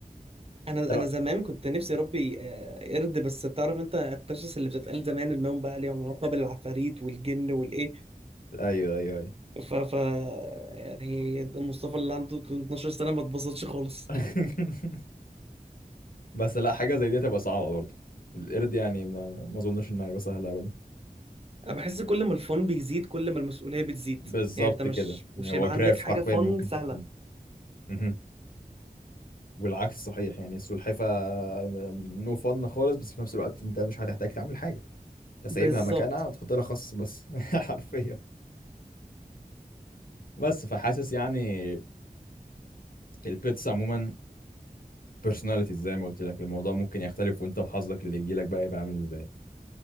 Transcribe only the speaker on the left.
لا
ايوه ايوه ايوه
<laughs> بس لا حاجه زي دي هتبقى صعبه برضه القرد يعني ما ما اظنش انها هيبقى سهله ابدا
بالظبط
كده يعني
هو
جراف
حرفيا
ممكن
ترسمه مهم. والعكس صحيح يعني السلحفة نو فن خالص بس في نفس الوقت انت مش هتحتاج تعمل حاجة انت
سايبها مكانها تحط لها خص بس <laughs> حرفيا بس فحاسس يعني البيتس عموما personalities زي ما قلت لك الموضوع ممكن يختلف وانت وحظك اللي يجي لك بقى يبقى عامل ازاي